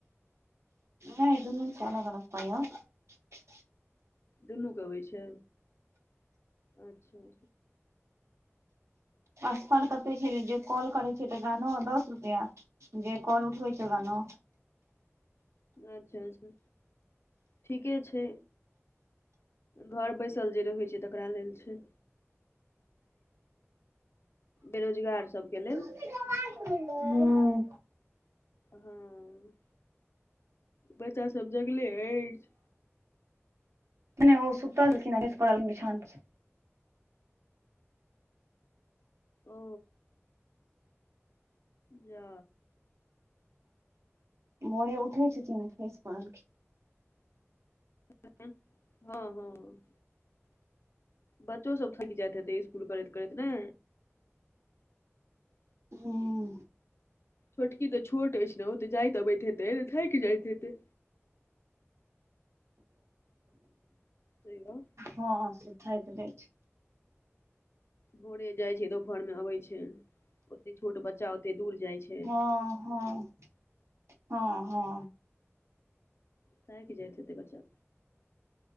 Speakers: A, on the right (about 70°); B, on the left (about 60°).
A: नहि दुनू के अलग अलग पाइ आओत
B: दुनूके अबै छै अच्छा
A: आ फर्क अते छै जे कॉल करै छै तकरा ने दस रुपैया जे कॉल उठबै छै ओकरा नौ
B: अच्छा अच्छा ठीके छै घर बैसल जे रहैत छै तकरा लेल छै बेरोजगार सबके लेल
A: हूँ
B: हँ बच्चा सब जगले अछि
A: नहि ओ सुतल छेलखिन बस पड़ल बिछान पर छेल
B: ओ जा
A: भोड़े उठै छथीन तऽ खसि पड़लखिन <unintelligible>
B: <unintelligible> हँ हँ बच्चो सब थकि जाइत हेतै स्कुल करैत करैत ने
A: हूँ।
B: छोटकी तऽ छोट अछि ने ओ तऽ जाइत अबैत हेतैऽ थकि जाइत हेतै <unintelligible>
A: हँ से थाकि जाइ छै
B: भोरे जाय छै दुोपहर मे अबै छै ओते छोट बच्चा ओते दूर जाय छै ह
A: हँ हँ हँ हँ
B: थाकि जायत हेतै बच्चा